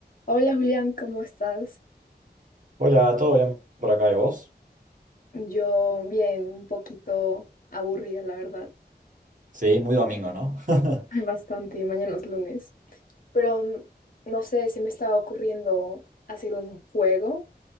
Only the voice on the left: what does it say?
Hola Julián, ¿cómo estás?
Yo bien, un poquito aburrida, la verdad.
Ay, Bastante, mañana es lunes. Pero mm, no sé, se me estaba ocurriendo hacer un juego